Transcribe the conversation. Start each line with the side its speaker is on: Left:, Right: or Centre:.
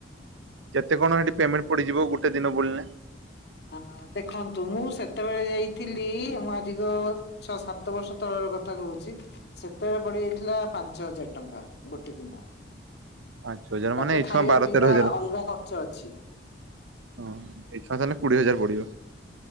Right: କେତେ କଣ ହେଠି ପେମେଣ୍ଟ ପଡିଯିବ ଗୋଟେ ଦିନ ବୁଲିଲେଁ?
Left: ହଁ ଦେଖନ୍ତୁ ମୁଁ ସେତେବେଳେ ଯାଇଥିଲି ମୁଁ ଆଜିିକ ଛଅ ସାତ ବର୍ଷ ତଳର କଥା କହୁଛି ସେତେବେଳେ ପଡିିଯାଇଥିଲା ପାଞ୍ଚ ହଜାର ଟଙ୍କା ଗୋଟେ ଦିନ।
Right: ପାଞ୍ଚ ହଜାର ମାନେ
Left: ତାପରେ
Right: ଏଇ
Left: ଖାଇବା
Right: ଛୁଆଁ ବାର
Left: ପିଇବା
Right: ତେର ହଜାର
Left: ଅଲଗା ଖର୍ଚ୍ଚ ଅଛି।
Right: ହଁ <unintelligible> ତାହେଲେ କୋଡିଏ ହଜାର ପଡିବ।